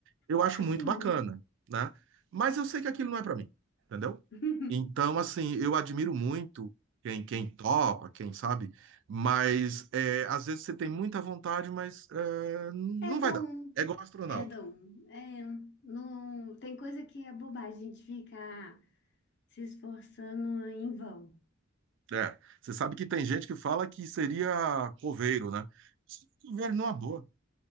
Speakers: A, on the right; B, on the left.
A: Eu acho
B: Ah,
A: muito
B: sim.
A: bacana, né? Mas eu sei que aquilo não é para mim, entendeu?
B: <laughs>
A: Então, assim, eu admiro muito quem, quem topa, quem sabe, mas é, às vezes você tem muita vontade, mas é, não
B: É dom,
A: vai dar. É igual astronauta.
B: é dom. É, não, tem coisa que é bobagem, a gente fica se esforçando em vão.
A: É, você sabe que tem gente que fala que seria coveiro, né? Coveiro numa boa,